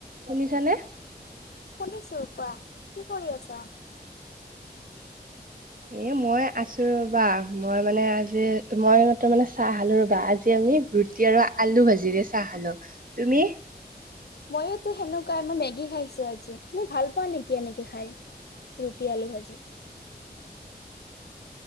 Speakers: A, on the right; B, on the left.
A: শুনিছানে।
B: শুনিছো কোৱা। কি কৰি আছা?
A: এ মই আছো ৰ'বা। মই মানে আজি মই এইমাত্ৰ মানে চাহ খালো ৰ'বা। আজি আমি ৰুটি আৰু আলু ভাজিৰে চাহ খালো। তুমি?
B: ময়োটো সেনেকুৱা মই মেগী খাইছো আজি। তুমি ভাল পোৱা নেকি এনেকে খাই? ৰুটি, আলু ভাজি।